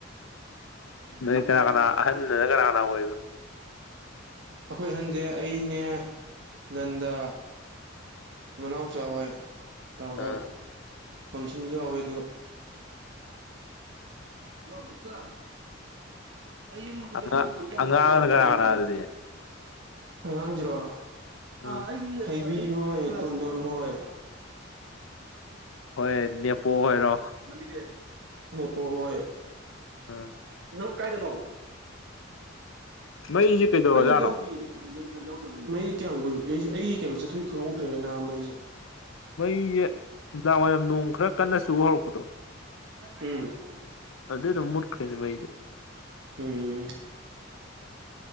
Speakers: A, on the left; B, on the right.
A: ꯅꯣꯏ ꯀꯅꯥ ꯀꯅꯥ ꯑꯍꯟꯅꯅ ꯀꯅꯥ ꯀꯅꯥ ꯑꯣꯏꯕ
B: ꯑꯩꯈꯣꯏ ꯑꯍꯟꯁꯦ ꯑꯩꯅꯦ ꯅꯟꯗ ꯃꯅꯥꯎ ꯆꯥ ꯍꯣꯏ ꯇꯧꯔꯒ
A: ꯑꯥ
B: ꯐꯪꯁꯟꯁꯨ ꯌꯥꯎꯋꯦ ꯑꯗꯨꯒ ꯍꯜꯂꯣ ꯃꯆꯥ ꯑꯩ ꯌꯨꯝꯗ
A: ꯑꯉꯥꯡ
B: ꯌꯧꯔꯦ ꯀꯣꯝꯇꯧꯅꯗ
A: ꯑꯉꯥꯡꯅ ꯀꯅꯥ ꯀꯅꯥ ꯑꯗꯨꯗꯤ
B: ꯑꯉꯥꯡꯁꯤꯔꯣ
A: ꯑꯥ
B: ꯑ ꯑꯩꯒꯤ ꯍꯩꯕꯤ ꯍꯣꯏ ꯇꯣꯟꯗꯣꯟ ꯍꯣꯏ
A: ꯍꯣꯏ ꯅꯦꯄꯣ ꯑꯣꯏꯔꯣ
B: <unintelligible> ꯅꯦꯄꯣ ꯍꯣꯏ
A: ꯎꯝ
B: ꯅꯪ ꯀꯥꯏꯗꯅꯣ
A: ꯃꯩꯁꯦ ꯀꯩꯗꯧꯔꯖꯥꯠꯅꯣ
B: ꯑꯩꯉꯣꯟ ꯌꯥꯎꯗꯦ ꯃꯩ ꯀꯌꯥꯝ ꯀꯨꯏ ꯑꯩꯁꯦ ꯑꯩ ꯀꯩꯅꯣ ꯆꯠꯊꯣꯛꯏ ꯈꯪꯍꯧꯗ꯭ꯔꯦꯅ ꯃꯩꯁꯦ
A: ꯃꯩꯁꯦ ꯅꯨꯡꯗꯥꯡꯋꯥꯏꯔꯝ ꯅꯣꯡ ꯈꯔ ꯀꯟꯅ ꯆꯨꯕ ꯍꯧꯔꯛꯄꯗꯣ
B: ꯎꯝ
A: ꯑꯗꯨꯗ ꯃꯨꯠꯈꯔꯦꯅꯦ ꯃꯩꯁꯦ
B: ꯎꯝ